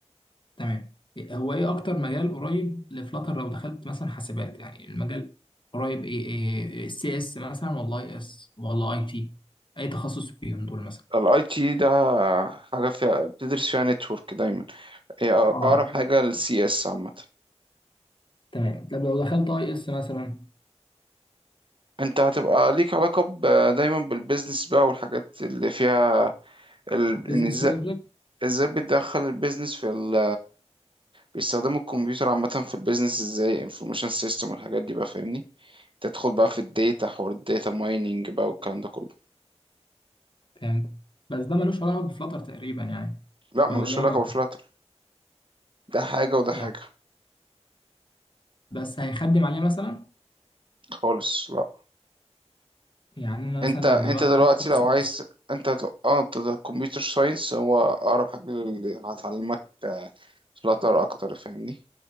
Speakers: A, on the left; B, on the right.
A: تمام هو ايه اكتر مجال قريب لفلاتر لو دخلت مثلا حاسبات يعني المجال قريب ايه ايه سي اس مثلا ولا اي اس ولا اي تي اي تخصص فيهم دول مثلا
B: الاي تي ده حاجه فيها بتدرس فيها نتورك دايما هي اقرب
A: اه
B: حاجه للسي اس عامه
A: تمام طب لو دخلت اي اس مثلا
B: انت هتبقى ليك علاقة ب- دايما بالبيزنس بقى والحاجات اللي فيها ال...
A: بزنس
B: ان ازاي
A: لوجيك
B: ازاي بتدخل البيزنس في ال... بيستخدموا الكمبيوتر عامة في البيزنس ازاي انفورميشن سيستم والحاجات دي بقى فاهمني تدخل بقى في الداتا حوار الداتا مايننج بقى والكلام ده كله
A: فهمت بس ده ملوش علاقه بفلاتر تقريبا يعني
B: لا
A: ولا
B: ملوش
A: ليه
B: علاقة
A: علاقه
B: بفلاتر ده حاجة وده
A: يعني
B: حاجة
A: بس هيخدم عليه مثلا
B: خالص لا
A: يعني انا
B: انت
A: مثلا لو
B: انت
A: دلوقتي
B: دلوقتي
A: هدخل
B: لو
A: سي
B: عايز
A: اس
B: انت هت- اه انت كمبيوتر ساينس هو اقرب حاجة اللي هتعلمك آه، فلاتر اكتر فاهمني